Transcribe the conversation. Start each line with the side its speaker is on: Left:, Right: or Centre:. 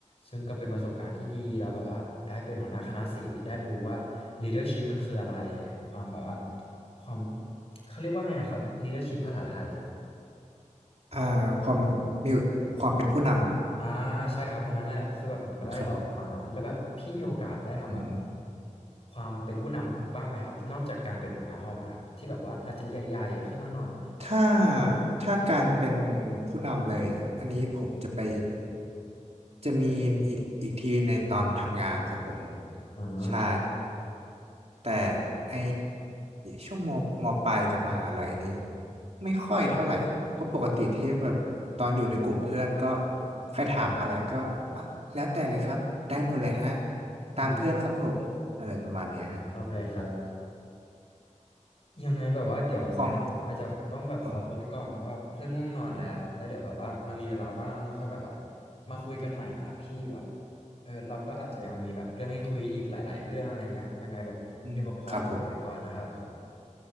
Left: ซึ่งก็เป็นประสบการณ์ที่ดีแล้วแบบว่าได้เป็นหัวหน้าคณะสีได้รู้ว่า leadership มันคืออะไรความแบบว่าความเขาเรียกว่าไงอะครับ leadership ภาษาไทย
Right: อ่าความมีความเป็นผู้น
Left: อ่าใช่ครับอันนั้นแหละคือแบบผมก็ได้ลองมาแล้วแบบพี่มีโอกาสได้ทำแบบ
Right: ำครับผมอืม
Left: ความเป็นผู้นำบ้างไหมครับนอกจากการเป็นหัวหน้าห้องอะครับที่แบบว่าอาจจะใหญ่ๆขึ้นมาหน่อย
Right: ถ้าถ้าการเป็นผู้นำเลย อันนี้ผมจะไป จะมีอีกอีกทีในตอนทำงานครับผม
Left: อ่า
Right: ใช่ แต่ในช่วงมมปลายกับมหาลัยนี้ไม่ค่อยเท่าไหร่เพราะปกติที่แบบตอนอยู่ในกลุ่มเพื่อนก็ใครถามอะไรก็อ่ะแล้วแต่เลยครับได้หมดเลยฮะตามเพื่อนครับผมอะไรประมาณเนี้ยฮะ
Left: อืมอ๋อโอเคครับ ยังไงแบบว่าเดี๋ยววันเนี้ยผมอาจจะต้องแบบขอตัวไปก่อนเพราะว่าเริ่มง่วงนอนแล้ว
Right: ของอ๋อ
Left: แล้วเดี๋ยวแบบว่าเรามีเวลาว่างค่อยแบบว่ามาคุยกันใหม่นะครับพี่แบบเออเราก็อาจจะยังมีแบบเรื่องให้คุยอีกหลายๆเรื่องอะไรเงี้ยยังไงแบบเดี๋ยวผมขอตัวไปก่อนนะครับผม
Right: อืมครับผม